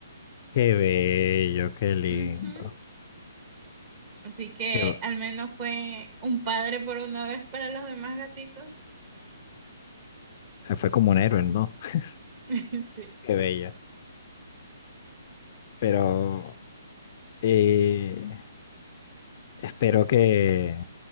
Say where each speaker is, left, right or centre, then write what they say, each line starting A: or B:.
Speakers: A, on the left; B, on the right.
A: Qué bello, qué lindo.
B: Ujú. Así que
A: Qué, bu-
B: al menos fue un padre por una vez para los demás gatitos.
A: se fue como un héroe, ¿no? <laughs>
B: <laughs> Sí.
A: Qué bello. Pero eh, espero que,